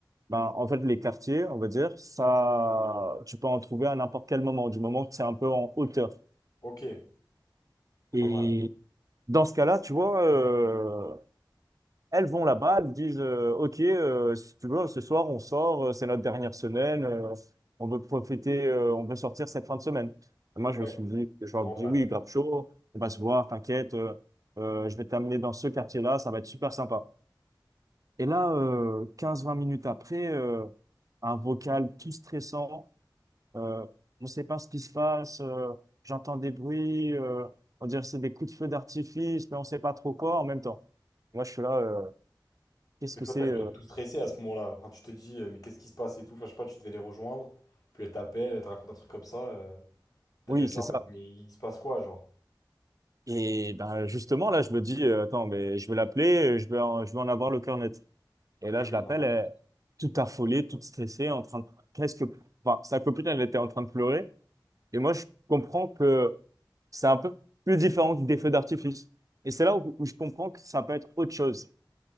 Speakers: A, on the right; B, on the left.
A: ben, en fait, les quartiers, on va dire, ça, tu peux en trouver à n'importe quel moment, du moment que c'est un peu en hauteur.
B: ok,
A: Et
B: pas mal.
A: dans ce cas-là, tu vois, euh, elles vont là-bas, elles nous disent euh, OK, euh, si tu veux, ce soir on sort, euh, c'est notre dernière semaine, euh, on veut profiter, euh, on veut sortir cette fin de semaine. Et moi, je
B: Ouais,
A: me suis dit, je leur
B: normal.
A: dis oui, grave chaud, on va se voir, t'inquiète, euh, euh, je vais t'amener dans ce quartier-là, ça va être super sympa. Et là, euh, 15-20 minutes après, euh, un vocal tout stressant, euh, on ne sait pas ce qui se passe, euh, j'entends des bruits, euh, on dirait que c'est des coups de feu d'artifice, mais on ne sait pas trop quoi en même temps. Moi, je suis là. euh, Qu'est-ce
B: Et
A: que
B: toi,
A: c'est?
B: t'as dû
A: euh,
B: être tout stressé à ce moment-là. Enfin, tu te dis, euh, mais qu'est-ce qui se passe et tout. Enfin, je sais pas, tu devais les rejoindre. Puis elle t'appelle, elle te raconte un truc comme ça. euh, t'as
A: Oui,
B: dû être
A: c'est
B: là en
A: ça.
B: mode, mais il se passe quoi, genre?
A: Et ben justement, là, je me dis, euh, attends, mais je vais l'appeler, euh, je vais en, je vais en avoir le cœur net. Et là,
B: Eh oui,
A: je l'appelle,
B: normal.
A: elle est toute affolée, toute stressée, en train de presque, enfin, sa copine, elle était en train de pleurer. Et moi, je comprends que c'est un peu plus différent que des feux d'artifice. Et c'est là où, où je comprends que ça peut être autre chose.